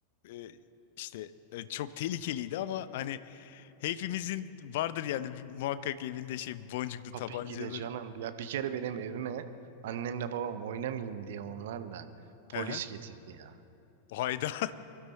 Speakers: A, on the left (about 55°); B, on the right (about 55°).
A: Ee, işte e, çok tehlikeliydi ama hani hepimizin vardır yani muhakkak evinde şey boncuklu
B: Tabii
A: tabancaları.
B: ki de canım. Ya bir kere benim evime annemle babam oynamayayım diye onlarla polis
A: Aha.
B: getirdi ya.
A: Hayda.